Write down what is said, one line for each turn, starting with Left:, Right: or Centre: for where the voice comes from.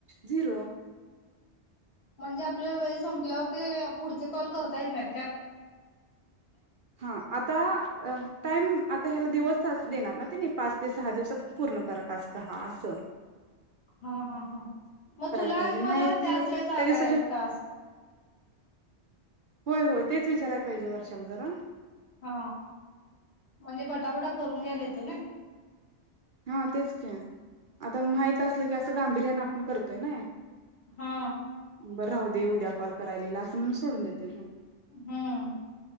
Right: झिरो
Left: म्हणजे आपल्या वेळ संपल्यावर ते पुढचे कॉल करता येत नाहीत का आप
Right: हा आता टाइम आता ह्याला दिवस देणार ना ते नाही पाच ते सहा दिवसात पूर्ण क ट हा अस
Left: हा हा हा मग तुला
Right: पाहिजे
Left: मला
Right: नाही
Left: त्याच
Right: ते त्या
Left: वेळेत आलाय
Right: दिवसाच्या
Left: तास
Right: होय होय तेचाराय पाहिजे वर्ष चल जरा
Left: हा. म्हणजे पटापटा करून ग्याले ते ना.
Right: हा तेच क्या आता माहित असलं की अस गांभीर्यान आपण करतोय ना
Left: हा.
Right: बरं राहू दे उद्या कॉल करायलेला असं म्हणून सोडून देते मग
Left: हम्म.